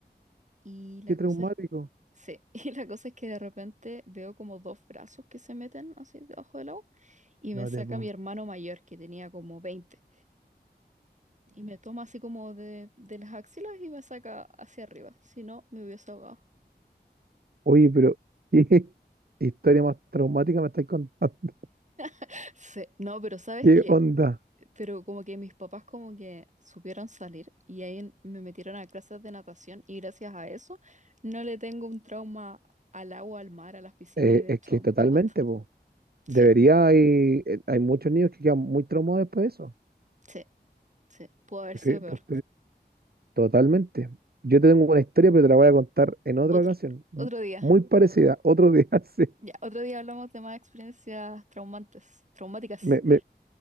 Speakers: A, on the right (about 45°); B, on the right (about 60°).
A: Y la
B: Qué
A: cosa
B: traumático.
A: es, sí, <laughs> y la cosa es que de repente veo como dos brazos que se meten así debajo del agua y
B: No
A: me saca
B: te puedo.
A: mi hermano mayor que tenía como 20 y me toma así como de, de las axilas y me saca hacia arriba. Si no, me hubiese ahogado.
B: Oye, pero ¿qué <laughs> historia más traumática me estáis contando? <laughs>
A: <laughs> Sí, no, pero ¿sabes
B: ¿Qué
A: qué?
B: onda?
A: Pero como que mis papás como que supieron salir y ahí me metieron a clases de natación y gracias a eso no le tengo un trauma al agua, al mar, a las piscinas
B: Eh,
A: y de
B: es
A: hecho
B: que
A: me
B: totalmente,
A: gusta.
B: po. Debería,
A: Sí,
B: hay, eh, hay muchos niños que quedan muy traumados después de eso.
A: sí, sí. Pudo haber
B: Sí,
A: sido peor.
B: pues Totalmente. Yo te tengo una historia, pero te la voy a contar en otra
A: Otro,
B: ocasión. mu-
A: otro día,
B: Muy parecida, otro día, <laughs> sí.
A: ya, otro día hablamos de más experiencias traumantes, traumáticas.
B: Me, me-